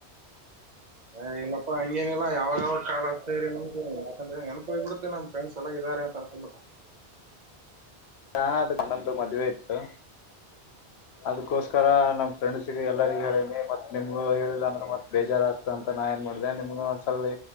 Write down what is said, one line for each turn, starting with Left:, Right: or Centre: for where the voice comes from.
Right: ಹ ಇಲ್ಲಪ್ಪಾ ಹಂಗೇನಿಲ್ಲಾ ಯಾವಾಗಾವ ಕಾ ಸೇರಿ ನಮಗೆ. ಅಂದೆನ್ಪಾಯ್ ಬಿಡ್ತ್ ನಮ್ಮ ಫ್ರೆಂಡ್ಸ್ ಎಲ್ಲ ಇದ್ದಾರೆ ಅಕ್ಬಟ್ಟು.
Left: ಹಾ ಅದು ಕಂಡಂದು ಮದ್ವೆ ಇತ್ತು. ಅದ್ಕೋಸ್ಕರ ನಮ್ಮ ಫ್ರೆಂಡ್ಸ್ಗ ಎಲ್ಲರಿಗ ಹೇಳನಿ ಮತ್ ನಿಮ್ಗ ಹೇಳಿಲ್ಲ ಅಂದ್ರೆ ಮತ್ ಬೇಜಾರಾಗಗ್ತ ಅಂತ ನಾ ಮಾಡ ನಿಮ್ಗ ಒಂದ್ಸಲ